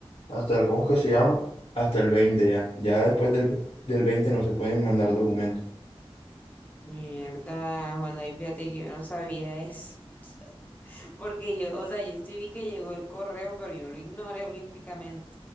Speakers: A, on the left (about 65°); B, on the left (about 15°).
A: hasta el, ¿cómo es que se llama? Hasta el 20 ya. Ya después del, del 20 no se pueden mandar documentos.
B: Mierda, Juan David, fíjate que yo no sabía eso. <laughs> Porque yo, o sea, yo sí vi que llegó el correo, pero yo lo ignoré olímpicamente.